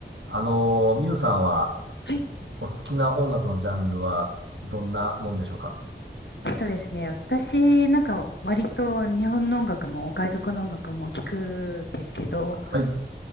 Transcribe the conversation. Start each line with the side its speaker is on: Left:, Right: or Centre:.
Right: あのー、ミュウさんは、
Left: はい。
Right: お好きな音楽のジャンルは、どんなもんでしょうか
Left: えっとですね、私なんか割と日本の音楽も外国の音楽も聞くんですけど、
Right: はい、